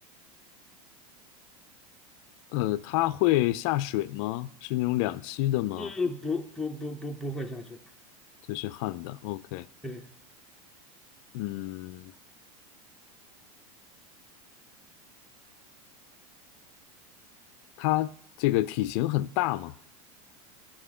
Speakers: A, on the left; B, in the centre.
A: 呃，它会下水吗？是那种两栖的吗？
B: 嗯，不不不不不会下去，
A: 这是旱的，OK，
B: 对，
A: 嗯，它这个体型很大吗？